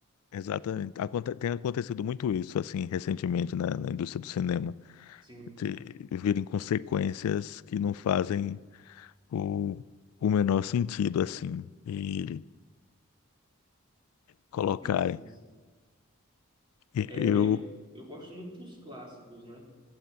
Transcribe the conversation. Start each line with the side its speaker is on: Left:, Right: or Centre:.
Left: exatamente. Aconte- tem acontecido muito isso, assim, recentemente na na indústria do cinema.
Right: Sim,
Left: te- virem consequências que não fazem o, o menor sentido, assim, e colocarem.
Right: sim, sim. sim.
Left: E
Right: É,
Left: Eu
Right: eu, eu gosto muito dos clássicos, né?